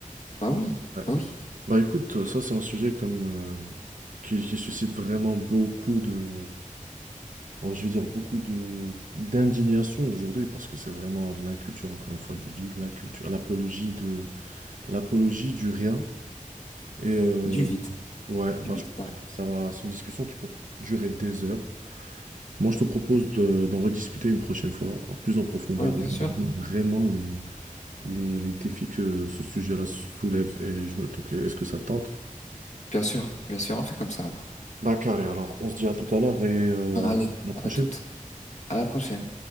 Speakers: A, on the left; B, on the right.
A: Bah oui,
B: Ouais.
A: bah oui,
B: Bah écoute, ça c'est un sujet comme euh, qui, qui suscite vraiment beaucoup de, Bon, je veux dire beaucoup de d'indignation aujourd'hui parce que c'est vraiment la culture, encore une fois, du vide, la culture, l'apologie de l'apologie du rien. Et euh,
A: du vide,
B: ouais, bah,
A: du vide,
B: je pense
A: carrément.
B: que ça va, c'est une discussion qui peut durer des heures. Moi, je te propose de, d'en rediscuter une prochaine fois, en plus en profondeur,
A: Ouais, bien
B: Oui.
A: sûr,
B: regarder vraiment les, les, les défis que ce sujet-là soulève. Et je me, donc, est-ce que ça te tente?
A: bien sûr, bien sûr, on fait comme ça, alors.
B: Bah, carré, alors, on se dit à tout à l'heure et euh,
A: Allez,
B: à la prochaine.
A: à toute, à la prochaine.